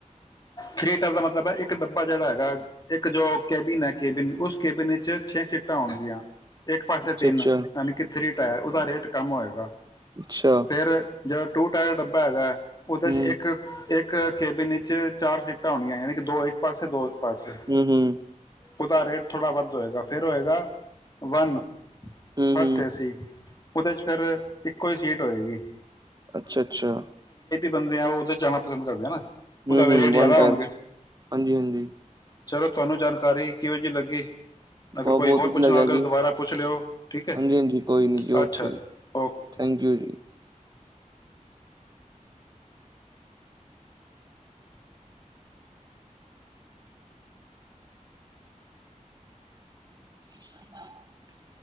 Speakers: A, on the left (about 30°); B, on the right (about 30°).
A: ਥ੍ਰੀ ਟਾਇਰ ਦਾ ਮਤਲਬ ਹੈ ਇੱਕ ਡੱਬਾ ਜਿਹੜਾ ਹੈਗਾ ਇੱਕ ਜੋ ਕੈਬੀਨ ਹ ਕੈਬੀਨ ਉਸ ਕੇਬੀਨੇ ਚ ਛੇ ਸੀਟਾਂ ਹੋਣਗੀਆਂ ਇੱਕ ਪਾਸੇ
B: ਅੱਛਾ-ਅੱਛਾ,
A: ਤਿੰਨ
B: ਅੱਛਾ
A: ਯਾਨੀ ਕਿ ਥਰੀ ਟਾਈਰ ਉਹਦਾ ਰੇਟ ਕੰਮ ਹੋਏਗਾ
B: ਅੱਛਾ
A: ਫਿਰ ਜਿਹੜਾ ਟੂ ਟਾਈਮ ਡੱਬਾ ਹੈਗਾ ਉਹਦੇ
B: ਹੂੰ।
A: ਚ ਇੱਕ ਇੱਕ ਕੈਬਿਨ ਵੀਚ ਚਾਰ ਸੀਟਾਂ ਆਉਣੀਆਂ ਯਾਨੀ ਕਿ ਦੋ ਇੱਕ ਪਾਸੇ ਦੋ ਪਾਸੇ
B: ਹਮ ਹਮ
A: ਉਹਦਾ ਰੇਟ ਥੋੜਾ ਵੱਧ ਹੋਏਗਾ ਫਿਰ ਹੋਏਗਾ ਵਨ
B: ਹੂੰ-ਹੂੰ,
A: ਫਸਟ ਹੈ ਸੀਟ ਉਹਦੇ ਚ ਫਿਰ ਇੱਕੋ ਹੀ ਸਿਟ ਹੋ ਏ ਗੀ
B: ਅੱਛਾ ਅੱਛਾ
A: ਬੰਦੇ ਆ ਉੱਥੇ ਜਾਣਾ ਪਸੰਦ ਕਰਦੇ ਆ ਨਾ ਉਹਦਾ
B: ਹਮ
A: ਵੀ
B: ਹਮ
A: ਰੇਟ ਜ਼ਿਆਦਾ
B: ਵਨ ਟਾਇਰ
A: ਹੋਣਗੇ
B: ਚ ਹਾਂਜੀ ਹਾਂਜੀ
A: ਚਲੋ ਤੁਹਾਨੂੰ ਜਾਣਕਾਰੀ ਕਿਹੋ ਜਿਹੀ ਲੱਗੀ
B: ਬਹੁਤ-ਬਹੁਤ
A: ਅਗਰ ਕੋਈ ਹੋਰ
B: ਵਧੀਆ
A: ਪੁੱਛਣ
B: ਲੱਗਿਆ
A: ਲੱਗ ਗਿਆ
B: ਜੀ,
A: ਦੁਬਾਰਾ ਪੁੱਛ ਲਿਓ ਠੀਕ ਹ
B: ਹਾਂਜੀ-ਹਾਂਜੀ ਕੋਈ ਨੀ ਜੀ
A: ਅੱਛਾ
B: ਓਕੇ ਜੀ,
A: ਓਕੇ
B: ਥੈਂਕ ਯੂ ਜੀ। ਹਾ